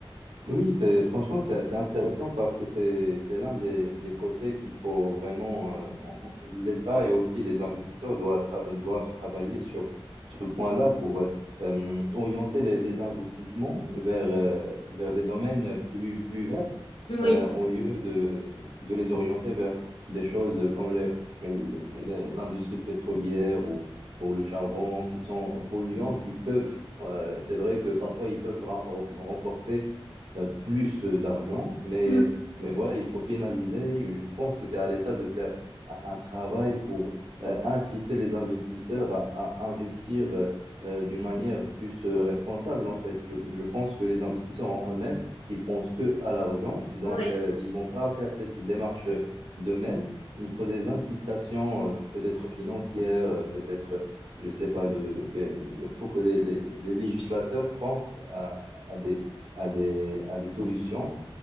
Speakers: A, on the right; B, on the left.
A: Oui, c'est franchement c'est c'est intéressant parce que c'est c'est l'un des, des côtés qu'il faut vraiment euh, on- on- l'État et aussi les investisseurs doivent tra- doivent travailler sur ce point-là pour euh, euh, orienter les, les investissements vers euh, vers des domaines plus plus verts
B: Oui,
A: euh, au lieu de de les orienter vers des choses comme les les- l'industrie pétrolière ou ou le charbon qui sont polluants qui peuvent euh, c'est vrai que parfois ils peuvent ra- remporter euh, plus euh, d'argent, mais,
B: Mm.
A: mais voilà, il faut pénaliser. Je pense que c'est à l'État de faire un, un travail pour euh, inciter les investisseurs à, à investir euh, euh, d'une manière plus euh, responsable, en fait. Je, je pense que les investisseurs en eux-mêmes, ils pensent que à l'argent, donc
B: oui,
A: euh, ils vont pas faire cette démarche euh, d'eux-mêmes. Il faut des incitations, euh, peut-être financières, euh, peut-être, je sais pas, de, que- il faut que les, les- les législateurs pensent à, à des à des, à des solutions